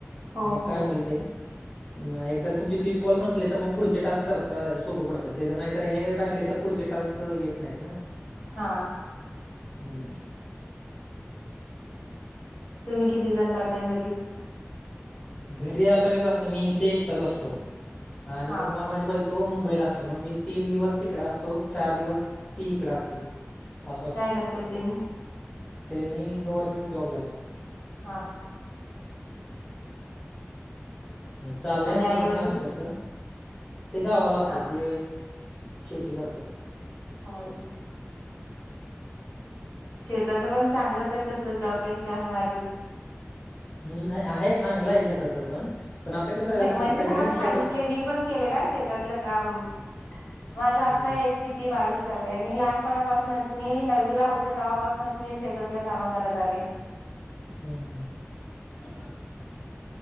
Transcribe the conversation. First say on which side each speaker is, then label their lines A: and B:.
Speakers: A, on the left; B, on the left.
A: हो
B: मग
A: हो
B: काय होईल ते नाही एकदा तुमचे तीस कॉल संपले तर मग पुढचे टास्क करता सोपं पडतात ते ज तर हे राहिले तर पुढचे टास्क येत नाहीत ना.
A: हा.
B: हम्.
A: तुम्ही किती जण राहताय घरी?
B: घरी आता कस असतं मी इथे एकटाच असतो आणि
A: हा
B: मग म माझी बाई को मुंबईला असते मग मी तीन दिवस तिकड असतो चार दिवस ती इकड असते. असं असते,
A: काय करतात त्यांनी
B: त्यांनी गव्हर्मेंट जॉब ला हाईत.
A: हा हा.
B: म‌ चालय
A: आणि
B: आमचं
A: आई
B: पण
A: वडील
B: ट्रान्सफरचं. ते गावाला असतं
A: हा
B: ते शेती करतात.
A: होय. शेताच पण चांगलंच आहे तसं जॉबपेक्षा भारी.
B: हम् आहे चांगलं आहे शेताचं पण, पण आता कसं
A: नाही म्हणजे
B: सगळेच
A: तुम्हाला
B: शेतात
A: सांगितलंय मी पण केले शेतातलं काम, माझ आता
B: हम्म
A: एज कि ती बावीस सालय मी लहानपणापासूनच मी नववीला होते तवापासूनच मी शेतातल काम करत आले.
B: हम् हम् हम्.
A: <inaudible>